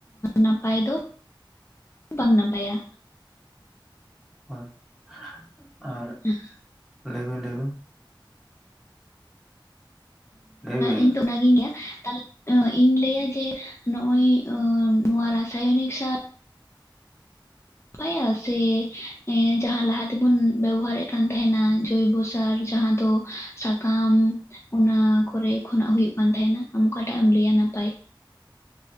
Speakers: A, on the left; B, in the centre.
A: ᱱᱟᱯᱟᱭ ᱫᱚ ᱵᱟᱝ ᱱᱟᱯᱟᱭᱟ
B: ᱦᱳᱭ ᱟᱨ
A: <unintelligible>
B: ᱞᱟᱹᱭᱵᱮᱱ ᱞᱟᱹᱭᱵᱮᱱ ᱞᱟᱹᱭᱵᱤᱱ
A: ᱤᱧ ᱫᱚ ᱚᱱᱟᱜᱤᱧ ᱜᱮᱭᱟ ᱛᱮ ᱤᱧ ᱞᱟᱹᱭᱟ ᱡᱮ ᱱᱚᱜ ᱚᱭ ᱱᱚᱣᱟ ᱨᱟᱥᱟᱭᱚᱱᱤᱠ ᱥᱟᱨ ᱱᱟᱯᱟᱭᱟ ᱥᱮ ᱡᱟᱦᱟᱸ ᱞᱟᱦᱟ ᱛᱮᱵᱚᱱ ᱵᱮᱵᱚᱦᱟᱨᱮᱫ ᱠᱟᱱ ᱛᱟᱦᱮᱱᱟ ᱡᱚᱭᱵᱚ ᱥᱟᱨ ᱡᱟᱦᱟᱸ ᱫᱚ ᱥᱟᱠᱟᱢ ᱚᱱᱟ ᱠᱚᱨᱮ ᱠᱷᱚᱱᱟᱜᱽ ᱦᱩᱭᱩᱜᱽ ᱠᱟᱱ ᱛᱟᱦᱮᱱᱟ ᱟᱢ ᱚᱠᱟᱴᱟᱜᱽ ᱮᱢ ᱞᱟᱹᱭᱟ ᱱᱟᱯᱟᱭ